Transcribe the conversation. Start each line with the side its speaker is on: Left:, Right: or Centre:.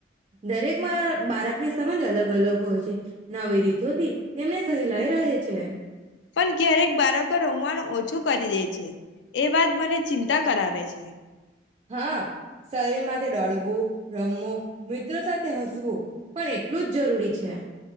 Right: દરેકમાં <unintelligible> સમજ અલગ અલગ હોય છે નવી રીતોથી તેમને સહેલાઈ રહે છે.
Left: પણ ક્યારેક બાળકો રમવાનું ઓછું કરી દે છે એ વાત મને ચિંતા કરાવે છે
Right: હા સરીર માટે દોડવું રમવું મિત્રો સાથે હસવું પણ એટલું જ જરૂરી છે